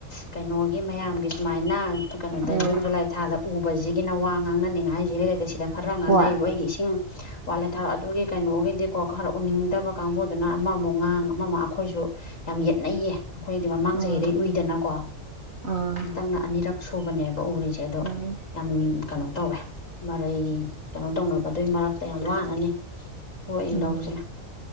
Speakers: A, on the left; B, on the right.
A: ꯀꯩꯅꯣꯒꯤ ꯃꯌꯥꯝꯒꯤ ꯁꯨꯃꯥꯏꯅ ꯀꯩꯅꯣꯗ
B: ꯎꯝ
A: ꯖꯨꯟ ꯖꯨꯂꯥꯏ ꯊꯥꯗ ꯎꯕꯁꯤꯒꯤꯅ ꯋꯥ ꯉꯥꯡꯅꯅꯤꯡꯉꯥꯏ ꯍꯥꯏꯁꯤ ꯏꯔꯩ ꯂꯩꯇ ꯁꯤꯗ ꯈꯔ ꯉꯥꯡꯅꯩꯑꯕ
B: ꯍꯣꯏ
A: ꯑꯩꯒꯤ ꯏꯁꯤꯡ ꯋꯥꯠꯂꯦ ꯊꯥꯎꯔ ꯑꯗꯨꯒꯤ ꯀꯩꯅꯣꯒꯤꯗꯤꯀꯣ ꯈꯔ ꯎꯅꯤꯡꯗꯕ ꯀꯥꯡꯕꯨꯗꯨꯅ ꯑꯃꯃꯨꯛ ꯉꯥꯡ ꯑꯃꯃꯨꯛ ꯑꯩꯈꯣꯏꯁꯨ ꯌꯥꯝ ꯌꯥ ꯈꯠꯅꯩꯌꯦ ꯑꯩꯈꯣꯏꯗꯤ ꯃꯃꯥꯡ
B: ꯎꯝ
A: ꯆꯍꯤꯗꯩ ꯎꯏꯗꯅꯀꯣ
B: ꯑꯥ
A: ꯉꯇꯪꯅ ꯑꯅꯤꯔꯛ ꯁꯨꯕꯅꯦꯕ ꯎꯔꯤꯁꯦ ꯑꯗꯣ
B: ꯎꯝ
A: ꯌꯥꯝ ꯀꯩꯅꯣ ꯇꯧꯋꯦ ꯃꯔꯩ ꯀꯩꯅꯣ ꯇꯧꯅꯕꯗꯨꯒꯤ ꯃꯔꯛꯇ ꯌꯥꯝ ꯋꯥꯅꯅꯤ ꯊꯣꯛꯏ
B: ꯎꯝ
A: ꯂꯧꯁꯦ